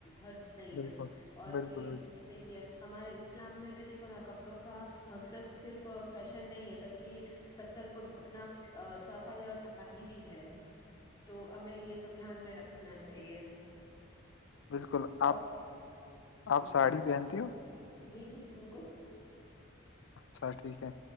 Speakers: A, on the left; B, on the left.
A: حرض نہیں
B: بالکل
A: ہے اور
B: بالکل
A: جی دیکھیے ہمارے اسلام میں بھی دیکھو نا کپڑوں کا حقصد صرف فیشن نہیں ہے بلکی ستر کو ڈھکنا صفائی اور سادگی بھی ہے تو ہمیں یے سب دھیان میں رکھنا چاہیے
B: بالکل
A: اور
B: آپ
A: ہ
B: آپ ساڑی پہنتی ہو
A: جی جی بالکل
B: اچھا ٹھیک ہے